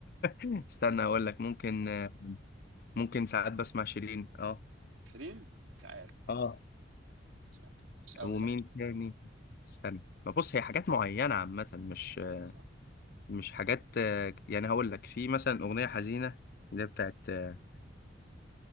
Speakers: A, on the left; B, on the right.
A: استنى هقول لك ممكن آه، ممكن ساعات بسمع شيرين اه
B: شيرين مش عارف
A: اه
B: مش عارف مش قوي
A: ومين
B: لا
A: تاني استنى ما بص هي حاجات معينة عامة مش
B: ايوه
A: مش حاجات آه، يعني هقول لك في مثلا أغنية حزينة اللي هي بتاعت آه،